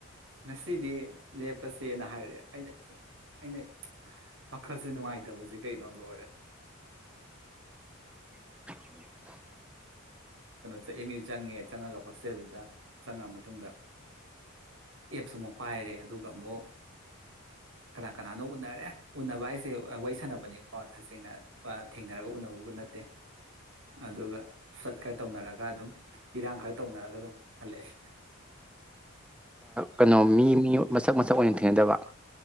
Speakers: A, on the right; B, in the centre.
A: ꯉꯁꯤꯗꯤ ꯂꯦꯞꯄꯁꯦꯅ ꯍꯥꯏꯔꯦ ꯑꯩꯅ ꯍꯤꯡ ꯑꯩꯅ ꯋꯥꯈꯜꯁꯦ ꯅꯨꯡꯉꯥꯏꯇꯕꯁꯦ ꯀꯩꯅꯣ ꯂꯣꯏꯔꯦ
B: <inaudible>
A: ꯁ ꯑꯦꯝ ꯌꯨ ꯆꯪꯉꯦ ꯆꯪꯉꯒ ꯍꯣꯁꯇꯦꯜꯗꯨꯗ ꯆꯪꯉ ꯃꯇꯨꯡꯗ ꯑꯦꯞꯁꯨ ꯑꯃꯨꯛ ꯄꯥꯏꯔꯦ ꯑꯗꯨꯒ ꯑꯃꯨꯛ ꯀꯅꯥ ꯀꯅꯥꯅꯣ ꯎꯅꯔꯦ ꯎꯟꯅꯅꯕ ꯍꯥꯏꯁꯦ ꯋꯥꯔꯤ ꯁꯥꯟꯅꯕꯅꯦꯀꯣ ꯇꯁꯦꯡꯅ ꯊꯦꯡꯅꯔꯒ ꯎꯅꯔꯨꯕ ꯅꯠꯇꯦ ꯑꯗꯨꯒ ꯁꫭꯠ ꯀꯠ ꯇꯧꯅꯔꯒ ꯑꯗꯨꯝ ꯏꯔꯥꯡ ꯈꯔ ꯇꯧꯅꯔꯒ ꯑꯗꯨꯝ ꯍꯜꯂꯛꯑꯦ
B: ꯀꯩꯅꯣ ꯃꯤ ꯃꯤ ꯃꯁꯛ ꯃꯁꯛ ꯑꯣꯏꯅ ꯊꯦꯡꯅꯗꯕ